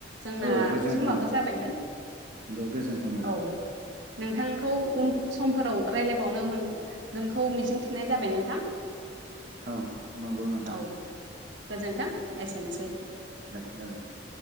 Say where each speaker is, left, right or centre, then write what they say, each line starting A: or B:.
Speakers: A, on the right; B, on the right.
A: जोंना
B: औ गोजोन्थों
A: समाबो जाबायमोन
B: दे गोजोन्थों नोंथां
A: औ नोंथांखौ उन समफोराव रायज्लायबावनो मोन गोनखौ मिजिंथिनाय जाबाय नोंथां।
B: औ नंगौ नोंथां।
A: औ गोजोन्थों एसेनोसै।
B: दे गोजोनथों।